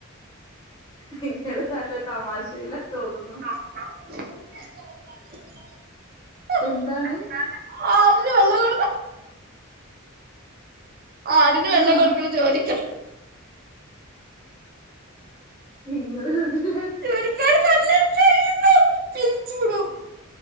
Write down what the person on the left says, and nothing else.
നിങ്ങള് നല്ല തമാശയിലാ തോന്നുന്നു
എന്താണ്?
ആഹാ
നിങ്ങള് വരല്ലെ